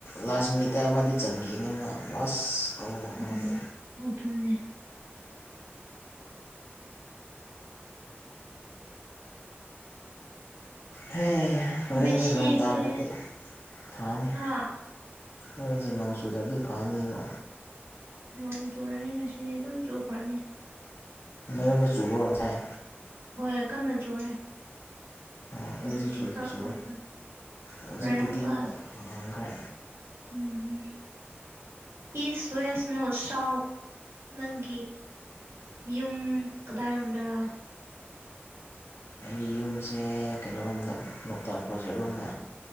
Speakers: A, on the left; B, on the right.
A: ꯂꯥꯁ ꯃꯤꯅꯤꯠꯇ ꯑꯃꯗꯤ ꯆꯥꯟꯒꯤꯕꯅꯤ ꯃꯥ ꯂꯥꯁ ꯒꯣꯜ ꯑꯃꯒꯤ
B: ꯎꯝ ꯑꯗꯨꯅꯤ
A: ꯍꯦ ꯍ ꯍꯣꯔꯦꯟꯖꯦ
B: ꯃꯦꯁꯤꯁꯦ
A: ꯅꯣꯡ ꯇꯗ꯭ꯔꯥꯗꯤ ꯐꯅꯤ
B: ꯍꯥ
A: ꯍꯣꯔꯦꯟꯖꯦ ꯅꯣꯡꯆꯨꯗ꯭ꯔꯗꯤ ꯐꯥꯅꯤꯕꯣ
B: ꯅꯣꯡ ꯆꯨꯔꯅꯤ ꯉꯁꯤꯗꯤ ꯑꯗꯨꯝ ꯆꯨꯈ꯭ꯔꯅꯤ
A: ꯅꯣꯏ ꯌꯨꯝꯗ ꯆꯨꯕ꯭ꯔꯣ ꯉꯁꯥꯏ
B: ꯍꯣꯏ ꯀꯟꯅ ꯆꯨꯔꯦ
A: ꯑꯣ ꯑꯩꯈꯣꯏꯁꯨ
B: ꯍꯧꯖꯤꯛꯇꯤ
A: ꯆꯨꯗꯤ
B: ꯈꯔ
A: ꯆꯨꯋꯦ
B: ꯐꯈꯔꯦ
A: ꯍꯧꯖꯤꯛꯄꯨꯗꯤ
B: ꯍꯣꯔꯦ ꯑꯃꯨꯛꯀ
A: ꯍꯥꯡꯈ꯭ꯔꯦ
B: ꯎꯝ ꯏꯁ ꯋꯦꯁ ꯅꯣꯠ ꯁꯎꯥꯋꯨꯠ ꯅꯪꯒꯤ ꯌꯨꯝ ꯀꯗꯥꯏꯔꯣꯝꯗꯔꯥ
A: ꯑꯩꯒꯤ ꯌꯨꯝꯁꯦ ꯀꯩꯅꯣꯔꯣꯝꯗ ꯂꯣꯛꯇꯥꯛ ꯄ꯭ꯔꯣꯖꯦꯛꯔꯣꯝꯗ